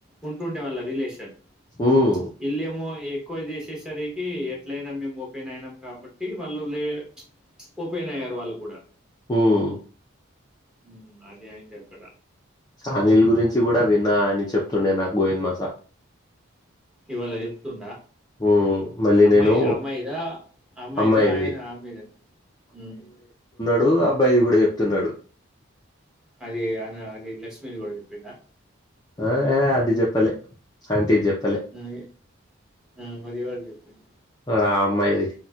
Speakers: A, in the centre; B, on the left.
A: ఉంటుండే వాళ్ళ రిలేషన్
B: హ్మ్.
A: చుప్ ఇల్లేమో ఎక్ కో జెసెస్ <inaudible> సరికి ఎట్లయినా మేము ఓపెన్ అయినాం కాబట్టి వాళ్ళు లే ఓపెన్ అయ్యారు వాళ్ళు కూడా
B: హుమ్
A: ఉమ్ అదే అయింది అక్కడ
B: అనిల్ గురించి కూడా విన్నా అని చెప్తుండే నాకు గోవింద్ మాస
A: ఇవాళ చెప్తుండా
B: హ్మ్. మళ్ళీ
A: అమ్మాయి
B: నేను
A: అమ్మాయిదా అమ్మాయిదా
B: అమ్మాయిది
A: ఆయన ఆమెద ఉమ్
B: డు అబ్బాయిది కూడా చెప్తున్నాడు.
A: అది అన్న అది లక్ష్మిది కూడా చెప్పిండా?
B: ఆ ఏ అది చెప్పలే అంటీది చెప్
A: ఉ ఉ పదివాడు చెప్పిండు
B: ఆ అమ్మాయిది